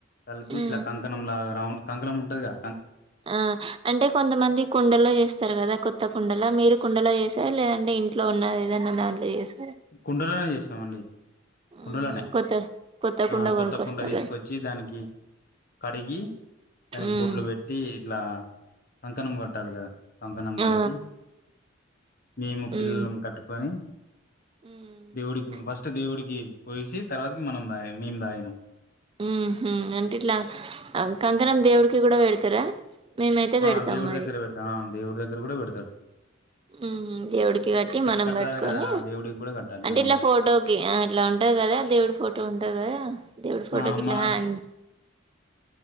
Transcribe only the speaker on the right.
ఉమ్
ఆ అంటే కొంతమంది కుండలో చేస్తారు కదా కొత్త కుండలో మీరు కుండలో చేసారా లేదంటే ఇంట్లో ఉన్న ఏదన్నా దాంట్లో చేస్
ఉహు కొత్త కొత్త
కుండ
కొనుక్కొస్తారు
కదా
ఉమ్
ఆ
ఉమ్
ఉహు
ఊహ్ అంటే ఇట్లా కంకణం దేవుడికి కూడా పెడతారా మేమైతే పెడతాం
మరి
ఉహు దేవుడికి కట్టి మనం
కట్టుకొని
అంటే
ఇట్లా ఫోటోకి ఆ ఇట్లా ఉంటది కదా దేవుడి ఫోటో ఉంటది కదా దేవుడి ఫోటోకి
ఇట్లా
హ్యాంగ్